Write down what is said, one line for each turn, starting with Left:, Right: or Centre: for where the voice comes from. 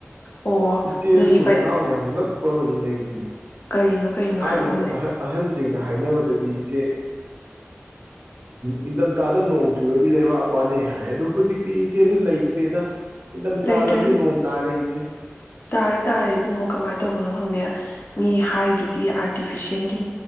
Left: ꯑꯣ
Right: ꯏꯆꯦ
Left: ꯅꯣꯏꯒꯤ
Right: ꯑꯗꯨꯕꯨ ꯅꯅꯥꯎꯅ ꯌꯥꯝ ꯉꯛ <unintelligible> ꯃꯗꯤ ꯂꯩꯔꯤꯌꯦ꯫
Left: ꯀꯔꯤꯅꯣ ꯀꯔꯤꯅꯣ
Right: ꯊꯥꯏ
Left: ꯍꯥꯏꯔꯛꯑꯣꯅꯦ
Right: ꯅꯒꯤ ꯑꯍꯟ ꯑꯍꯟ ꯁꯤꯡꯅ ꯍꯥꯏꯅꯕꯗꯗꯤ ꯏꯆꯦ ꯅꯤꯡꯊꯝꯊꯥꯗ ꯅꯣꯡ ꯆꯨꯔꯗꯤ ꯂꯩꯕꯥꯛ ꯋꯥꯅꯩ ꯍꯥꯏ ꯑꯣ ꯍꯧꯖꯤꯛꯇꯤ ꯏꯆꯦꯗꯨ ꯂꯩꯇ꯭ꯔꯦꯗ꯫ ꯏꯟꯊꯝꯊꯥꯗꯁꯨ
Left: ꯂꯩꯇ꯭ꯔꯦ
Right: ꯅꯣꯡ ꯇꯥꯔꯦ ꯏꯆꯦ꯫
Left: ꯇꯥꯔꯦ ꯇꯥꯔꯦ ꯏꯕꯨꯡꯉꯣ ꯀꯃꯥꯏ ꯇꯧꯕꯅꯣ ꯈꯪꯗꯦ ꯃꯤ ꯍꯥꯏꯔꯤꯗꯨꯗꯤ ꯑꯥꯔꯇꯤꯐꯤꯁꯦꯜꯒꯤ